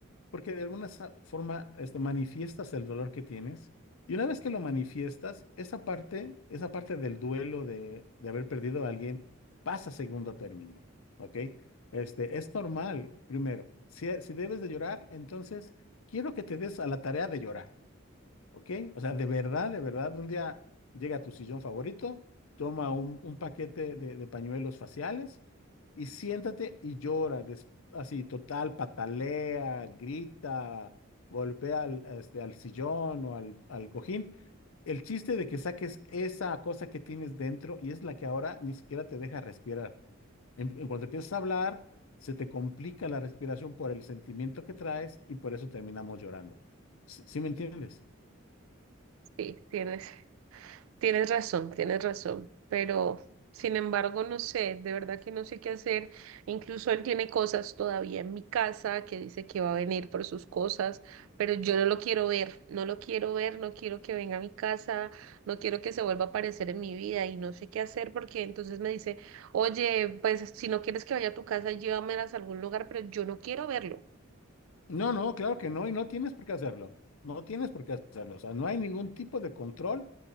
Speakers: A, on the left (about 80°); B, on the right (about 80°).
A: Porque de alguna sa- forma este, manifiestas el dolor que tienes y una vez que lo manifiestas, esa parte, esa parte del duelo de, de haber perdido a alguien pasa a segundo término, ¿ok? Este, es normal, primero, si, si debes de llorar, entonces quiero que te des a la tarea de llorar. ¿Ok? O sea, de verdad, de verdad, un día llega a tu sillón favorito, toma un, un paquete de, de pañuelos faciales y siéntate y llora, des- así, total, patalea, grita, golpea al, este, al sillón o al, al cojín. El chiste de que saques esa cosa que tienes dentro y es la que ahora ni siquiera te deja respirar. En, en cuanto empiezas a hablar, se te complica la respiración por el sentimiento que traes y por eso terminamos llorando. ¿Sí, sí me entiendes?
B: Sí, tienes. Tienes razón, tienes razón, pero sin embargo, no sé, de verdad que no sé qué hacer. Incluso él tiene cosas todavía en mi casa que dice que va a venir por sus cosas, pero yo no lo quiero ver, no lo quiero ver, no quiero que venga a mi casa, no quiero que se vuelva a aparecer en mi vida y no sé qué hacer porque entonces me dice, oye, pues si no quieres que vaya a tu casa, llévamelas a algún lugar, pero yo no quiero verlo.
A: No, no, claro que no, y no tienes por qué hacerlo. No tienes por qué hacerlo. O sea, no hay ningún tipo de control